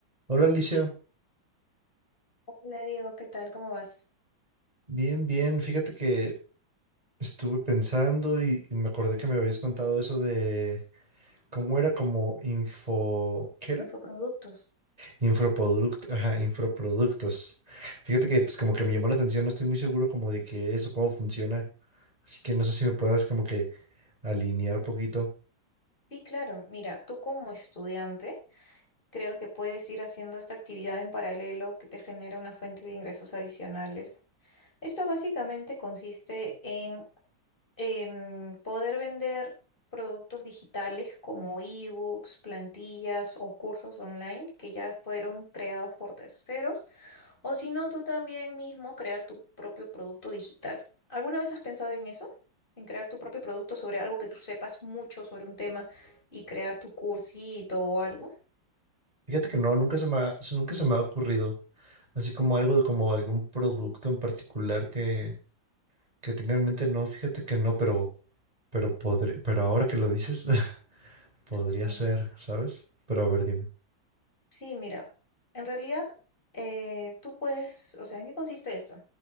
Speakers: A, on the right; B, on the left.
A: Hola Alicia,
B: Hola Diego, ¿qué tal? ¿Cómo vas?
A: bien, bien. Fíjate que estuve pensando y, y me acordé que me habías contado eso de cómo era como info, ¿qué era?
B: Infoproductos.
A: Infoproducto, ajá, infoproductos. Fíjate que pues como que me llamó la atención, no estoy muy seguro como de qué es o cómo funciona. Así que no sé si me puedas como que alinear poquito.
B: Sí, claro. Mira, tú como estudiante, creo que puedes ir haciendo esta actividad en paralelo que te genera una fuente de ingresos adicionales. Esto básicamente consiste en em, poder vender productos digitales como ebooks, plantillas o cursos online que ya fueron creados por terceros O si no, tú también mismo crear tu propio producto digital. ¿Alguna vez has pensado en eso? En crear tu propio producto sobre algo que tú sepas mucho sobre un tema y crear tu cursito o algo.
A: Fíjate que no, nunca se me ha, nunca se me ha ocurrido. Así como algo de como algún producto en particular que, que tenga en mente, no, fíjate que no, pero Pero podri- pero ahora que lo dices, <laughs> podría
B: Sí.
A: ser, ¿sabes? Pero a ver, dime.
B: Sí, mira, en realidad eh, tú puedes, o sea, ¿en qué consiste esto?